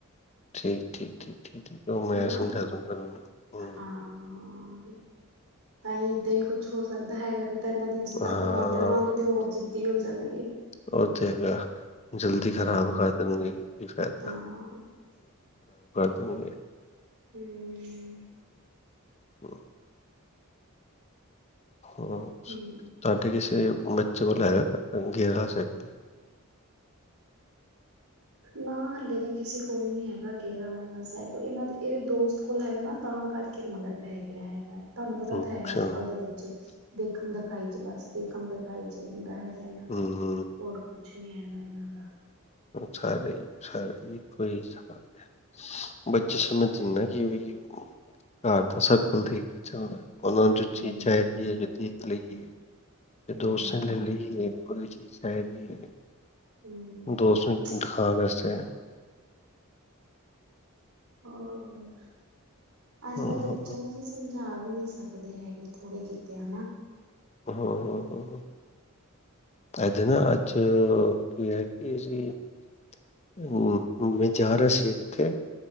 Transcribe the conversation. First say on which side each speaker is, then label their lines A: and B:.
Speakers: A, on the left (about 30°); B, on the right (about 85°).
A: ਠੀਕ- ਠੀਕ ਠੀਕ - ਠੀਕ, ਠੀਕ ਉਹ ਮੈਂ
B: ਹਨਾ
A: ਸਮਝਾ ਦੂੰਗਾ ਉਹਨੂੰ ਹੂੰ
B: ਹਾਂ। ਤਾਂ ਹੀ ਏਦਾਂ ਹੀ ਕੁਛ ਹੋ ਸਕਦਾ ਹੈਗਾ ਨਹੀਂ ਤਾਂ ਇਹਨਾਂ ਦੀ ਜਿੱਦਾਂ
A: ਹਾਂ
B: ਉਗਾਉਂਦੇ ਰਵਾਂਗੇ ਤੇ ਹੋਰ ਜਿੱਦ ਹੋ ਜਾਣਗੇ
A: ਉਹ ਤੇ ਹੈਗਾ ਜਲਦੀ
B: ਹਮ
A: ਖ਼ਰਾਬ ਕਰ ਦੇਣਗੇ ਕੀ ਫਾਇਦਾ
B: ਹਾਂ।
A: ਦਨ ਗੇ।
B: ਹੂੰ ਹ <inaudible>
A: <inaudible> ਹੋਰ
B: ਹੂੰ
A: ਤੁਹਾਡੇ ਕਿਸੇ ਅਤੇ ਬੱਚੇ ਕੋ ਲ ਹੈਗਾ ਗੇਅਰਾ ਵਾਲਾ ਸਾਈਕਲ।
B: ਨਾ ਹਾਲੇ ਤਾਂ ਕਿਸੇ ਕੋਲ ਨਹੀ ਹੈਗਾ ਗਿਅਰਾ ਸਾਈਕਲ ਇਹਨਾਂ ਦੇ ਇਹਦੇ ਦੋਸਤ ਕੋਲ ਹੈਗਾ ਨਾ। ਤਾਂ ਕਰਕੇ ਮਗਰ ਪੈ ਗਿਆ ਹੈਗਾ ਹੈ। ਤੁਹਾਨੂੰ ਪਤਾ
A: ਅੱਛਾ
B: ਤਾਂ ਹੈ ਅੱਜ ਕੱਲ੍ਹ ਦੇ ਬੱਚੇ ਖਮ ਦਿਖਾਈ ਚ ਬਸ ਦੇਖਮ ਦਿਖਾਈ ਚ। ਹੁੰਦਾ ਹੈ।
A: ਹੂੰ
B: ਹੋਰ ਕੁ ਕੁਛ ਨੀ ਹੈਗਾ ਇਹਨਾਂ ਦਾ।
A: ਸਾਰੇ ਹੀ-ਸਾਰੇੋ ਹੀ <unintelligible> ਬੱਚੇ ਸਮਝ ਦੇ ਨੀ ਕਿ ਵੀ ਘਰ ਦਾ ਸਰਕਲ ਦੇਖ ਕੇ ਚੱਲਣਾ। ਉਹ ਨੂੰ ਜੋ ਚੀਜ਼
B: ਹੂੰ
A: ਚਾਹੀਦੀ ਹੈ ਉਹ ਦੇਖ ਲਏਗੀ। ਤੇ
B: ਹੂੰ
A: ਦੋਸਤ ਨੇ ਲੈ ਲਈ <unintelligible> ਵੀ <unintelligible>
B: ਹੂੰ
A: ਦੋਸਤ ਨੂੰ ਦਿਖਾਨ ਆਸ ਤਾਂ
B: ਹਾਂ ਅੱਜ
A: ਹੂੰ
B: ਕੱਲ ਦੇ
A: ਹੂੰ,
B: ਬੱਚਿਆਂ ਨੂੰ ਅਸੀਂ ਸਮਝ ਜਾ ਵੀ ਨਹੀਂ ਸਕਦੇ ਹੈਗੇ। ਥੋੜੇ ਕੀਤੇ ਹਨਾ।
A: ਹਾਂ ਹਾਂ ਐਤੇ ਨਾ ਅੱਜ ਕੀ ਹੈ ਕਿ ਸੀ ਅਉ ਮੈਂ ਜਾ ਰਿਹਾ ਸੀ ਕਿੱਥੇ